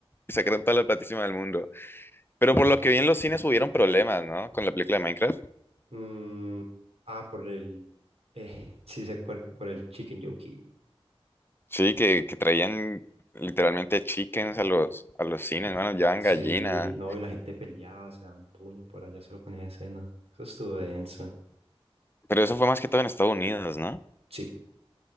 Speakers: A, on the left; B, on the right.
A: y sacaron toda la platísima del mundo. Pero por lo que vi en los cines hubieron problemas, ¿no? Con la película de Minecraft.
B: Mm, ah, por el, eh, <laughs> sí sé por, por el Chicken Jockey.
A: Sí, que, que traían literalmente chickens a los, a los cines, mano, llevaban
B: Sí,
A: gallinas.
B: no, y la gente peleaba, se daban puños por allá solo con esa escena. Eso estuvo denso.
A: Pero eso fue más que todo en Estados Unidos, ¿no?
B: Sí,